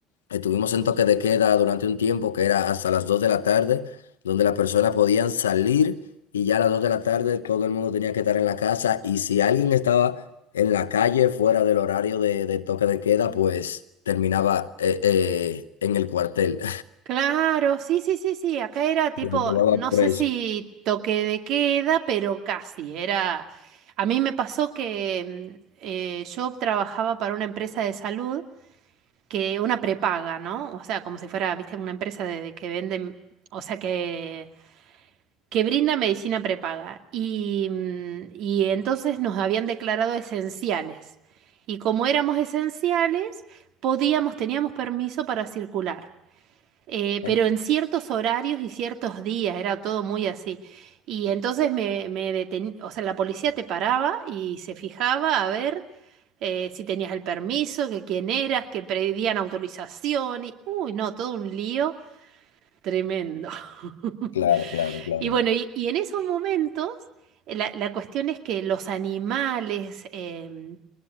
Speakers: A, on the left; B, on the right.
A: estuvimos en toque de queda durante un tiempo que era hasta las 2 de la tarde, donde las personas podían salir y ya a las 2 de la tarde todo el mundo tenía que estar en la casa y si alguien estaba en la calle fuera del horario de, de toque de queda, pues terminaba eh, eh, en el cuartel.
B: Claro, sí, sí, sí, sí. Acá era tipo,
A: <laughs> Lo llevaban
B: no
A: preso.
B: sé si toque de queda, pero casi. Era. A mí me pasó que mm, eh, yo trabajaba para una empresa de salud que una prepaga, ¿no? O sea, como si fuera, viste, una empresa de, de que venden, o sea, que que brinda medicina prepaga. Y mm, y entonces nos habían declarado esenciales. Y como éramos esenciales, podíamos, teníamos permiso para circular eh,
A: ¿eh?
B: pero en ciertos horarios y ciertos días, era todo muy así. Y entonces me, me deten- o sea, la policía te paraba y se fijaba a ver eh, si tenías el permiso, que quién eras, que pedían autorización y, uy, no, todo un lío tremendo. <laughs>
A: Claro, claro, claro.
B: Y bueno, y, y en esos momentos, la, la cuestión es que los animales, em,